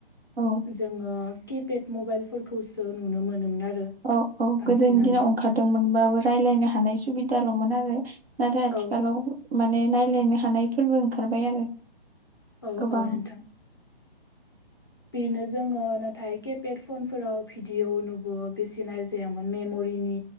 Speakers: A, on the right (about 75°); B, on the left (about 25°).
A: औ।
B: जोङो किपेड मबाइलफोरखौसो नुनो मोनोमोन आरो।
A: औ औ
B: बांसिनानो
A: गोदोनि दिनाव ओंखारदोंमोनबाबो रायज्लायनो हानाय सुबिदाल'मोन आरो। नाथाय आथिखालाव
B: औ
A: माने नायलायनो हानायफोरबो ओंखारबाय आरो।
B: औ
A: गोबां
B: औ नोंथां।
A: <inaudible>
B: बेनो जोङो नाथाय केिपेड फनफोराव भिडिअ' नुबो बेसे नायजायामोन मेम'रिनि